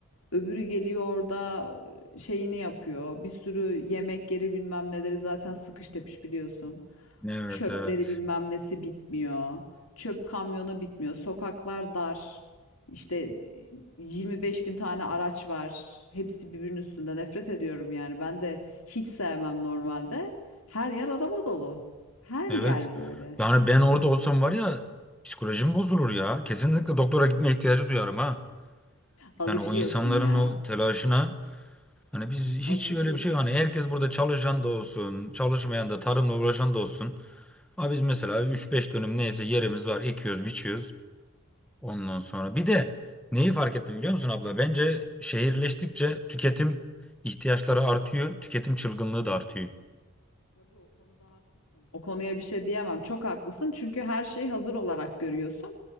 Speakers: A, on the left (about 85°); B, in the centre.
A: Öbürü geliyor orada şeyini yapıyor. Bir sürü yemek yeri bilmem neleri zaten sıkış tepiş biliyorsun.
B: Evet
A: Çöpleri
B: evet.
A: bilmem nesi bitmiyor. Çöp kamyonu bitmiyor. Sokaklar dar. İşte 25 bin tane araç var. Hepsi birbirinin üstünde. Nefret ediyorum yani. Ben de hiç sevmem normalde. Her yer araba dolu. Her
B: Evet.
A: yer böyle.
B: Yani ben orada olsam var ya psikolojim bozulur ya. Kesinlikle doktora gitmeye ihtiyacı duyarım ha.
A: Alışıyorsun
B: Yani o insanların
A: ya.
B: o telaşına hani biz hiç
A: Alışıyorsun.
B: öyle bir şey hani herkes burada çalışan da olsun, çalışmayan da tarımla uğraşan da olsun. Abi biz mesela üç beş dönüm neyse yerimiz var, ekiyoruz, biçiyoruz. Ondan sonra bir de neyi fark ettim biliyor musun abla? Bence şehirleştikçe tüketim ihtiyaçları artıyor, tüketim çılgınlığı da artıyor.
A: Tabii o konuda haklısın. O konuya bir şey diyemem. Çok haklısın çünkü her şeyi hazır olarak görüyorsun.